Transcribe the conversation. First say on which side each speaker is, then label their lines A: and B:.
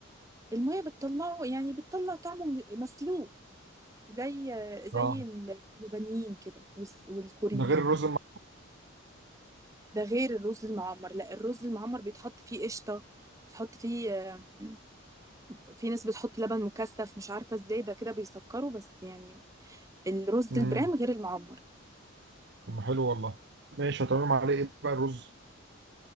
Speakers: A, on the right; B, on the right.
A: الميه بتطلعه يعني بتطلع طعمه م- مسلوق زي زي
B: اه
A: اليابانيين كده والس- والكوريين
B: ده غير الرز الم...
A: ده غير الرز المعمر لا الرز المعمر بيتحط فيه قشطه بتحط فيه آم، في ناس بتحط لبن مكثف مش عارفه ازاي ده كده بيسكره بس يعني الرز
B: امم
A: البرام غير المعمر
B: طب ما حلو والله ماشي هتعملهم عليه ايه بقى الرز